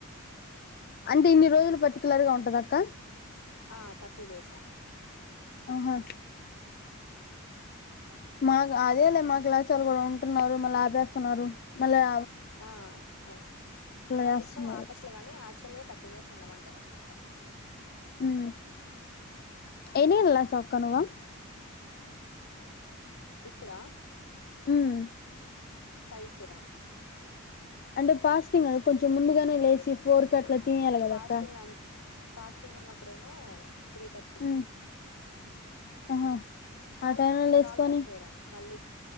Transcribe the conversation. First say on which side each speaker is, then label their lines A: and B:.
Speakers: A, on the left; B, on the left.
A: అంటే ఇన్ని రోజులు పర్టికులర్ గా ఉంటద అక్క
B: ఆ తర్టీ డేస్ రా
A: ఆహా
B: హు
A: మాకు అదేలే మా క్లాస్ వాళ్ళు కూడా ఉంటున్నారు మళ్ళీ ఆపేస్తున్నారు మళ్ళీఆ
B: ఆ అ మన
A: చేస్తున్నారు
B: ఇష్టం ఆపోచ్చులే గాని ఆచ్ ఆల్ గా థర్టీ డేస్ ఉండమంటార అన్నమాట
A: ఉమ్ ఎన్ ఎన్ లాస్ ఆఫ్ కనవా
B: ఇప్పుడా
A: ఉమ్
B: ఫైకిరా
A: అంటే పాస్టింగ్ కద కొంచెం ముందుగానే లేచి ఫోర్ క అట్లా తీనేయలి కదాక్క
B: ఫాస్టింగ్ అ ఫాస్టింగ్ ఉన్నప్పుడేమో త్రీ థర్టీ
A: ఉమ్ ఆహా
B: కాల్
A: ఆ టైంలో లేసుకొని
B: కాల్ కట్చేరా మళ్లీ